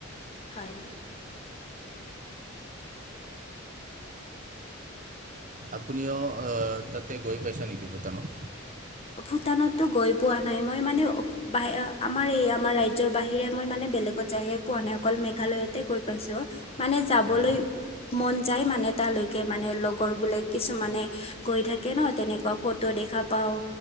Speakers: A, on the left; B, on the right.
A: হয়।
B: আপুনিও তাতে গৈ পাইছে নেকি ভূটানত।
A: ভূটানতো গৈ পোৱা নাই। মই মানে বাহ আমাৰ এই আমাৰ ৰাজ্যৰ বাহিৰে মই মানে বেলেগত যাইহে পোৱা নাই অকল মেঘালয়ত হে গৈ পাইছো। মানে যাবলৈ
B: হয়
A: মন যায় মানে তালৈকে মানে লগৰ বোলে কিছুমানে গৈ থাকে ন তেনেকুৱা ফটো দেখ দো, পাওঁ।